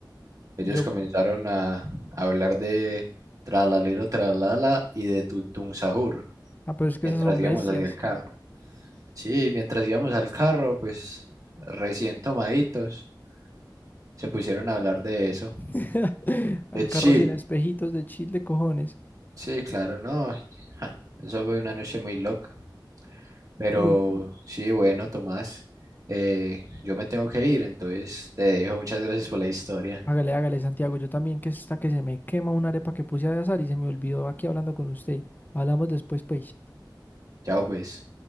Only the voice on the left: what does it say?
Yo,
ah, pero es que
esas son
bestias.
<laughs> Al
carro sin espejitos de chile, cojones.
Uy,
Hágale, hágale, Santiago. Yo también que está que se me quema una arepa que puse a azar y se me olvidó aquí hablando con usted. Hablamos después, pues.